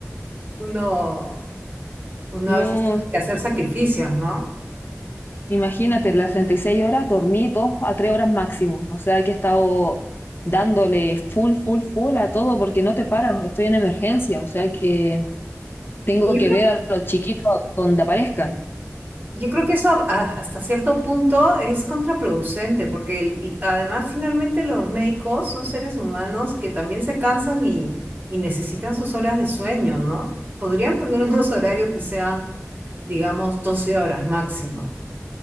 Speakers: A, on the right; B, on the left.
A: uno, uno
B: no,
A: a veces tiene que hacer sacrificios, ¿no?
B: imagínate, las treinta y seis horas dormí 2 a 3 horas máximo, o sea, que he estado dándole full, full, full a todo porque no te paran, estoy en emergencia, o sea, que tengo
A: Pero Yo
B: que
A: creo,
B: ver a los chiquitos donde aparezcan.
A: yo creo que eso a- a- hasta cierto punto es contraproducente, porque el- y además finalmente los médicos son seres humanos que también se cansan y, y necesitan sus horas de sueño, ¿no? Podrían poner <laughs> unos horarios que sean, digamos, 12 horas máximo.